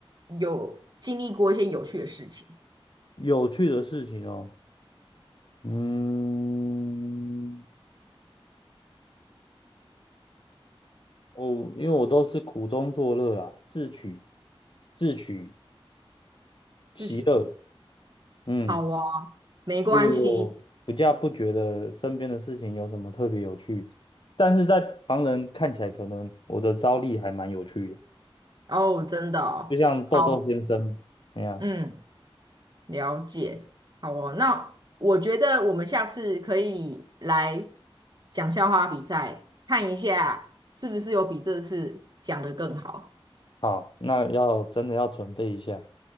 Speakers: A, on the right; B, on the left.
A: 有经历过一些有趣的事情？
B: 有趣的事情哦。嗯，我因为我都是苦中作乐啊，自取自取其乐。
A: 是学
B: 嗯，
A: 好啊，没关系
B: 所以我比较不觉得身边的事情有什么特别有趣，但是在旁人看起来，可能我的招力还蛮有趣的，
A: 哦，真的哦好，
B: 就像豆豆先生那样。
A: 嗯。了解，好哦。那我觉得我们下次可以来讲笑话比赛，看一下是不是有比这次讲得更好。
B: 好，那要真的要准备一下，